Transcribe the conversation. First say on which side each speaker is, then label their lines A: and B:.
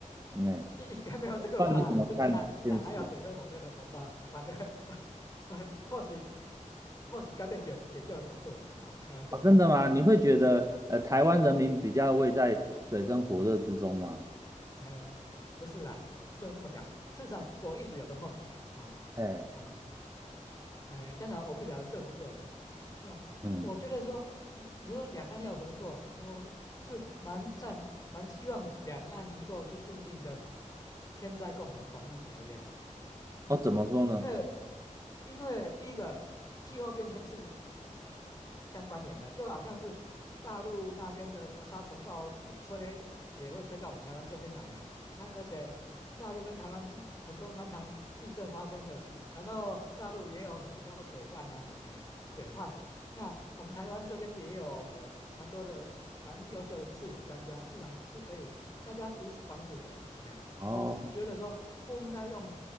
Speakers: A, on the right; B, on the left.
A: 哎，
B: 应该没有这个吧？
A: 不知道你怎么看这件事啊
B: 真的啦，哪还有水深火热的同胞？反正，<laughs> 或许或许该被解解救的可能是我们哦，开玩笑的呀、
A: 哦，真的吗？
B: 哎
A: 你会觉得呃台湾人民比较位在水深火热之中吗？
B: 哎，不是啊，呃不能这么讲。事实上，我一直有个梦想啊
A: 哎，
B: 啊、哎，当然我不晓得对不对了，啊，
A: 嗯，
B: 我觉得说，呃如果两岸要合作，我是蛮赞，蛮希望两岸能够去订定个天灾共同防御条约的，哎。
A: 哦，怎么说呢？
B: 因为因为第一个气候变迁是相关联的，就好像是大陆那边的什么沙尘暴一吹也会吹到我们台湾这边来啊，啊，而且大陆跟台湾很多蛮常地震发生的，然后大陆也有很多水患啊，哎，水患，那我们台湾这边也有蛮多的蛮优秀的治理专家，市场是可以大家彼此帮助的啦，哎。
A: 哦。
B: 我是觉得说不应该用